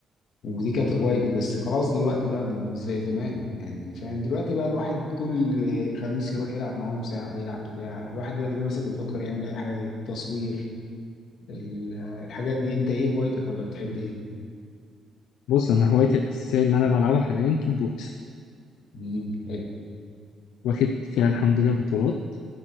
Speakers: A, on the left (about 70°); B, on the left (about 85°).
A: ودي كانت هوايتي بس خلاص دلوقتي بقى مش زي زمان يعني فاهم دلوقتي بقى الواحد كل خميس يروح يلعب معاهم ساعة يلعب بتاع الواحد دلوقتي بقى مثلا بيفكر يعمل اي حاجة تصوير ال- الحاجات دي انت ايه هوايتك ولا بتحب ايه؟
B: بص انا هوايتي الاساسية اللي انا بلعبها حاليا كيك بوكس
A: امم حلو
B: واخد فيها الحمد لله بطولات